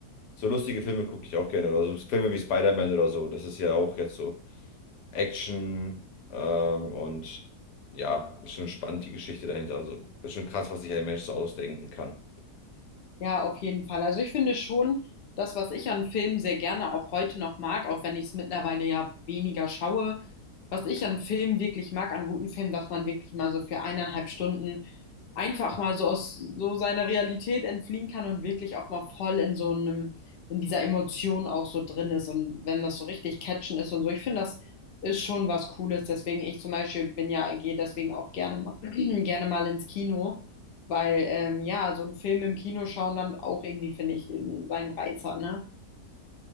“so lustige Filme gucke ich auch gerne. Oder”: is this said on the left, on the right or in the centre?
Left